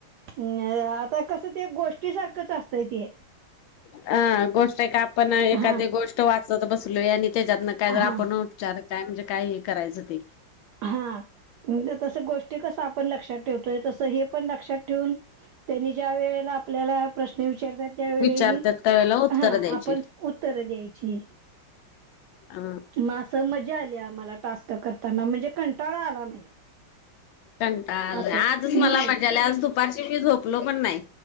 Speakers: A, on the right; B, on the left.
A: ह आता कस ते गोष्टी सारखंच असतंय ते
B: हा गोष्ट आहे का आपण एखादी
A: हा
B: गोष्ट वाचत बसलोय आणि त्याच्यातन काय
A: हा
B: ज आपण उपचार काय म्हणजे काय हे करायचं ते
A: हा तस गोष्टी कस आपण लक्षात ठेवतोय तस हे पण लक्षात ठेवून त्यांनी ज्या वेळेला आपल्याला प्रश्न विचारतात त्यावेळी
B: विचारतात त्याला उत्तर
A: हा
B: द्यायची
A: आपण उत्तर द्यायची
B: अ
A: मग अस मजा आली आम्हाला टास्क करताना म्हणजे कंटाळा आला नाही
B: कंटाळा आला
A: असं
B: नाही आजच मला
A: नाही
B: मजा आली आज दुपारची मी झोपलो पण नाही